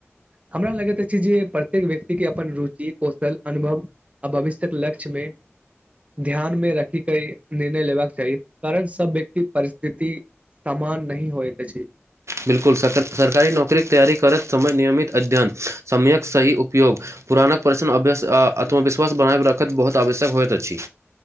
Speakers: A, on the right; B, on the right.
A: हमरा लगैत अछि जे प्रत्येक व्यक्ति के अपन रुचि कौशल अनुभव आ भविष्य्यक लक्ष्य में <inaudible> ध्यानमे रखी के निर्णय लेबाक चाही कारण सब व्यक्ति परिस्थिति सामान नहिह होइ त छै
B: बिलकुल सरकारी नौकररीे तैयारी करैत समय नियमित अध्ययन समयक सही उपयोग पुरानक परिशण अभ्यास आ आत्मविश्वास बना रखैत बहुत आवश्यक होइत अछि